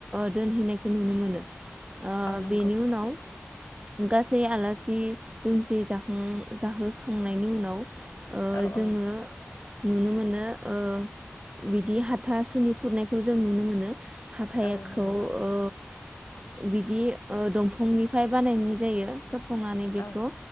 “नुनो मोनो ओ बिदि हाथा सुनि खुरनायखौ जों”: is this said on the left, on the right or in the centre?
Right